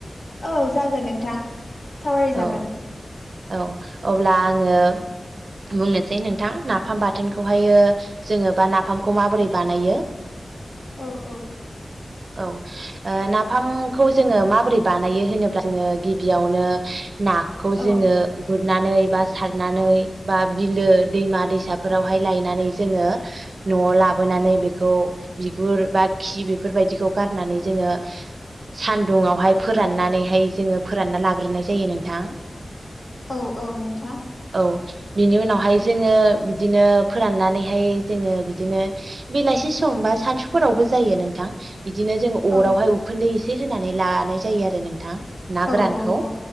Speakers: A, on the left; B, on the right.
A: औ जागोन नोंथां सावरायजागोन
B: औ औ अब्ला आङो बुंनो सै नोंथां नाफाम बाथोनखौहायो जोङो बा नाफामखौ माबोरै बानायो
A: औ औ
B: औ ओ नाफामखौ जोङो माबोरै बानायो होनोब्ला जोङो गिबियावनो नाखौ जोङो
A: औ
B: गुरनानै बा सारनानै बा बिलो दैमा दैसाफोरावहाय लायनानै जोङो न'वाव लाबोनानै बेखौ बिगुर बा खि बेफोरबायदिखौ गारनानै जोङो सानदुंआवहाय फोराननानैहाय जोङो फोरानना लाग्रोनाय जायो नोंथां
A: औ औ नोंथां
B: औ बिनि उनावहाय जोङो बिदिनो फोराननानैहाय जोङो बिदिनो बेलासि समबा सानसुफोरावबो जायो नोंथां बिदिनो जोंङो अरावहाय
A: औ
B: उखुन्दै एसे होनानै लानाय जायो आरो नोंथां ना गोरानखौ
A: औ औ औ